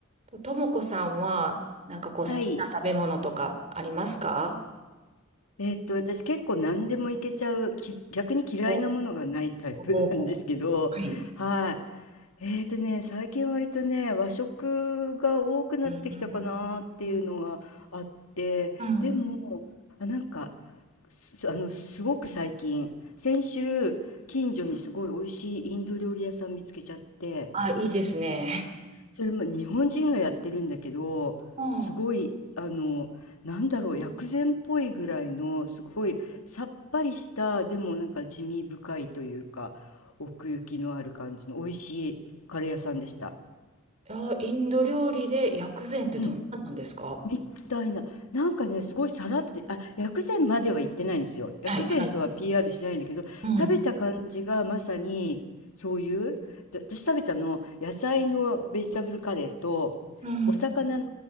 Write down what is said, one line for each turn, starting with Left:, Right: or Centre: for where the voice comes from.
Right: と、ともこさんは、なんかこう、
Left: はい。
Right: 好きな食べ物とかありますか
Left: えーっと、私結構何でもいけちゃう、き、逆に嫌いなものがないタイプなん
Right: おお、
Left: <laughs> ですけど、
Right: はい。
Left: はい。えーっとね、最近割とね、和食が多くなってきたかなっていうのがあって、
Right: うん、うん、うん。うん
Left: でも、あ、なんか、す、あの、すごく最近、先週、近所にすごい美味しいインド料理屋さん見つけちゃって、
Right: あ、いいですね。
Left: それも日本人がやってるんだけど、
Right: うん。
Left: すごい、
Right: い
Left: あの、なんだろう、薬膳っぽいぐらいの、すごいさっぱりした、でもなんか地味深いというか、奥行きのある感じの美味しいカレー屋さんでした。
Right: や、インド料理で薬膳ってどんななんですか
Left: うん。みたいな。なんかね、すごいさらって、あ、薬膳までは言ってないんですよ。薬膳とは
Right: はい、はい。
Left: PR しないんだけど、
Right: うん、
Left: 食べた感じがまさにそういう、で私食べたの、野菜のベジタブルカレーと、
Right: うん。
Left: お魚の、